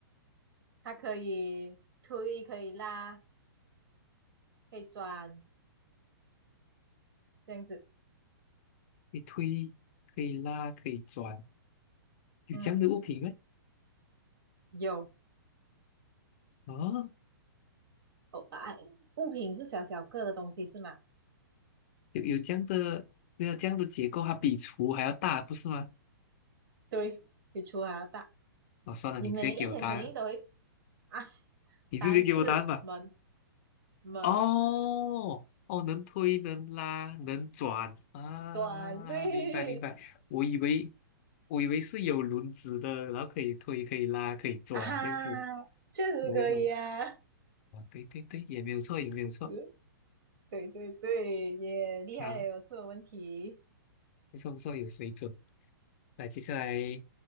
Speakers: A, on the right; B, on the left.
A: 它可以推，可以拉，可以转，这样子。
B: 可以推，可以拉，可以转，有这样的物品吗？
A: 嗯，有
B: 哦，
A: 哦，啊，物品是小小个的东西是吗？
B: 有有这样的，没有这样的结构，它比厨还要大，不是吗？
A: 对，比厨还要大。
B: 哦，算了，
A: 你每一天肯定都会
B: 你直接给我答案，
A: 啊，
B: 你直接给我答案吧。
A: 答案是门门
B: 哦哦，能推能拉能转啊，
A: 转对
B: 明白明白。我以为我以为是有轮子的，然后可以推可以拉可以转这样子。
A: 啊哈，确实可以啊。
B: 我为什么？
A: <laughs>
B: 啊，对对对，也没有错也没有错
A: 嗯，对对对，也厉害了，
B: 啊，
A: 有出了问题。
B: 不错不错，有水准。来，接下来